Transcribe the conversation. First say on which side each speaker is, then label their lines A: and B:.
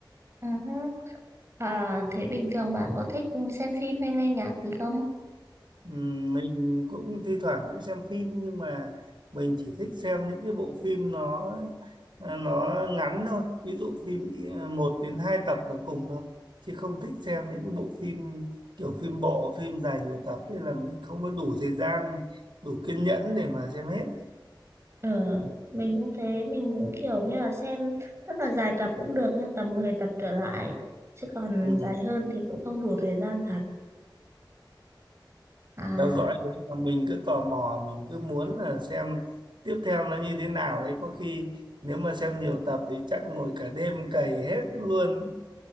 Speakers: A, on the right; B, on the right.
A: ừ hứ. À, thế bình thường bạn có thích xem phim hay nghe nhạc gì không?
B: ừ, mình cũng thi thoảng cũng xem phim nhưng mà mình chỉ thích xem những cái bộ phim nó à, nó ngắn thôi ví dụ phim à, một đến hai tập là cùng thôi chứ không thích xem những cái bộ phim kiểu phim bộ phim dài nhiều tập ấy là mình không có đủ thời gian đủ kiên nhẫn để mà xem hết
A: Ờ, mình cũng thế, mình cũng kiểu như là xem rất là dài tập cũng được nhưng tầm 10 tập trở lại chứ còn
B: Ừ.
A: dài hơn thì cũng không đủ thời gian thật. À,
B: Theo dõi đấy là mình cứ tò mò mình cứ muốn là xem tiếp theo nó như thế nào đấy có khi nếu mà xem nhiều tập thì chắc ngồi cả đêm cày hết luôn